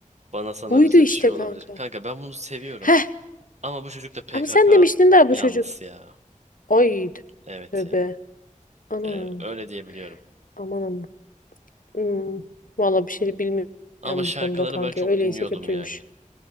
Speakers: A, on the right (about 55°); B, on the left (about 80°).
A: bana sana
B: Buydu
A: bize
B: işte
A: bir şey olabilir.
B: kanka.
A: Kanka ben bunu seviyorum.
B: Heh
A: Ama bu çocuk da PKK
B: ama sen demiştin daha bu
A: yanlısı
B: çocuk.
A: ya.
B: Ay
A: Evet
B: tövbe.
A: ya.
B: Anam
A: Yani öyle diyebiliyorum.
B: aman aman. Hmm, valla bir şey bilmiyorum
A: Ama şarkıları
B: bu konuda kanka.
A: ben çok
B: Öyleyse
A: dinliyordum
B: kötüymüş.
A: yani.